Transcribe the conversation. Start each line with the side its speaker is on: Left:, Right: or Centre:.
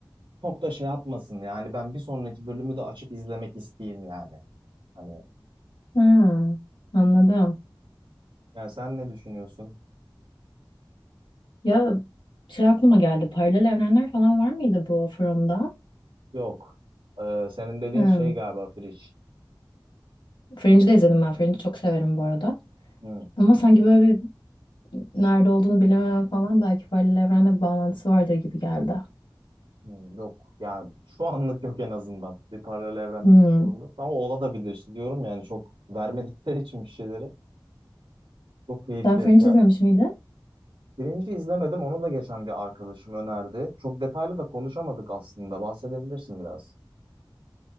Right: Çok da şey yapmasın yani ben bir sonraki bölümü de açıp izlemek isteyeyim yani. Hani
Left: Hmm, anladım.
Right: yani sen ne düşünüyorsun?
Left: Ya şey aklıma geldi. Paralel evrenler falan var mıydı bu From'da?
Right: Yok. Ee, senin dediğin
Left: Hmm.
Right: şey galiba Fridge.
Left: Fringe'i de izledim ben. Fringe'i çok severim bu arada.
Right: Hı,
Left: Ama sanki böyle bir nerede olduğunu bilemem falan belki paralel evrenle bir bağlantısı vardır gibi geldi.
Right: hı, yok. Yani şu anlık yok en azından. Bir paralel evrendeki
Left: Hmm.
Right: durum yok. Ama olabilir işte diyorum yani çok vermedikleri için bir şeyleri. Çok keyifli.
Left: Sen Fringe
Right: Ya
Left: izlemiş miydin?
Right: Birinci izlemedim. Onu da geçen bir arkadaşım önerdi. Çok detaylı da konuşamadık aslında. Bahsedebilirsin biraz.